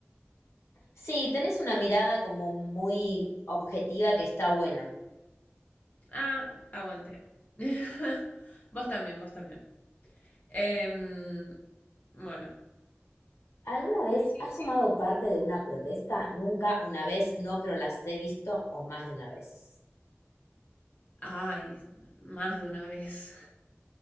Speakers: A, on the left; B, on the left.
A: Sí, tenés una mirada como muy objetiva que está buena.
B: Ah, aguante. <laughs> Vos también, vos también. Em, bueno,
A: ¿Alguna vez
B: Sí.
A: has tomado parte de una protesta? Nunca, una vez, no, pero las he visto o más de una vez.
B: ay, más de una vez.